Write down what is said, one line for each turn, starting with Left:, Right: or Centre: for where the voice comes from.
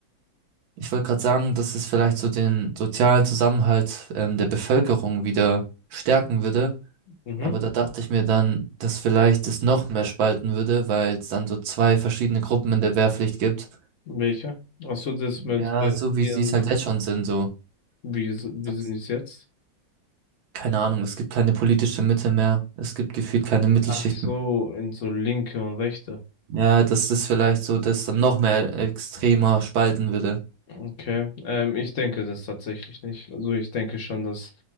Right: ich wollte gerade sagen, dass es vielleicht so den sozialen Zusammenhalt ähm, der Bevölkerung wieder stärken würde.
Left: Mhm.
Right: Aber da dachte ich mir dann, dass vielleicht es noch mehr spalten würde, weil es dann so zwei verschiedene Gruppen in der Wehrpflicht gibt.
Left: Welcher? Ach so, das mit
Right: Ja,
Left: äh,
Right: so
Left: die
Right: wie sie
Left: anderen.
Right: es halt jetzt schon sind, so.
Left: Wie, s- wie
Right: Das,
Left: sind es jetzt?
Right: keine Ahnung, es gibt keine politische Mitte mehr. Es gibt gefühlt keine Mittelschicht
Left: Ach so,
Right: mehr.
Left: in so linke und rechte.
Right: Ja, dass das vielleicht so, dass dann noch mehr extremer spalten würde.
Left: Okay. Ähm, ich denke das tatsächlich nicht. Also ich denke schon, dass